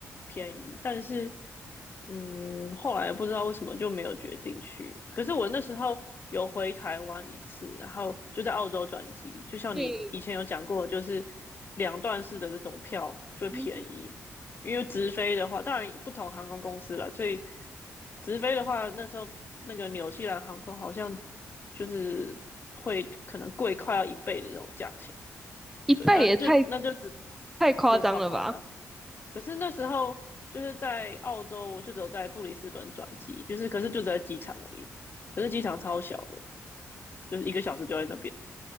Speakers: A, on the left (about 35°); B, in the centre.
A: 便宜，但是嗯，后来不知道为什么就没有决定去。可是我那时候有回台湾一次，然后就在澳洲转机，就像你以前有讲过，
B: 嗯，
A: 就是两段式的这种票就便宜，
B: 嗯
A: 因为直飞的话，当然不同航空公司了，所以直飞的话，那时候那个纽西兰航空好像就是会可能贵快要一倍的那种价钱，
B: 一倍也太
A: 对，那就那就只
B: 太夸张了吧？
A: 真的超夸张。可是那时候就是在澳洲，我就只有在布里斯本转机，就是可是就只在机场而已，可是机场超小的，就是一个小时就在那边。